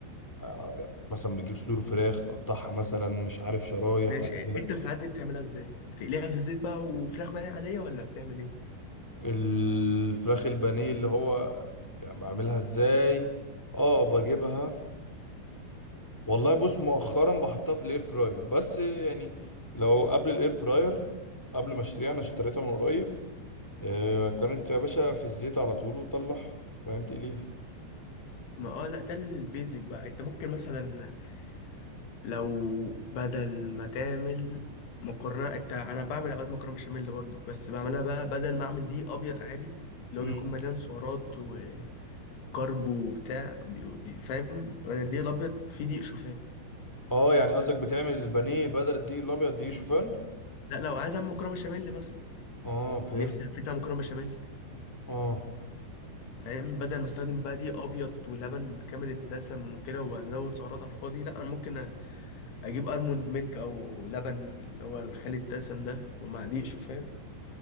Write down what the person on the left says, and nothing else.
ماشي
انت في العادي بتعملها ازاي بتقليها في الزيت بقى وفراخ بانيه عاديه ولا بتعمل ايه
ما اه لا ده البيزك بقى انت ممكن مثلا لو بدل ما تعمل مكرونه انت انا بعمل اوقات مكرونه بشاميل برضو بس بعملها بقى بدل ما اعمل دي ابيض عادي اللي
هو بيكون مليان سعرات وكرب وبتاع بي- بي- فاهم انا الدقيق الابيض فيه دقيق شوفان
لا لو عايز اعمل مكرونه بشاميل مثلا
نفسي هفتها على مكرونه بشاميل
فاهم بدل ما استخدم بقى دقيق ابيض ولبن كامل الدسم وكده وازود سعرات على الفاضي لا انا ممكن اجيب الموند ميلك او لبن اللي هو الخالي الدسم ده ومع دقيق شوفان